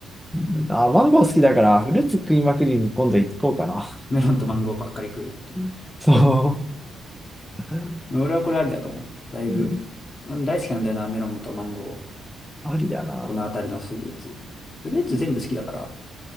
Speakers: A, in the centre; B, on the left.
A: うんあ、マンゴー好きだから、フルーツ食いまくりに今度行こうかな。
B: メロンとマンゴーばっかり食うっていう。
A: うんそう。
B: 俺はこれありだと思う。だいぶ。
A: うん
B: 俺大好きなんだよな、メロンとマンゴ
A: ありだな。
B: ー。このあたりのフルーツ。フルーツ全部好きだから。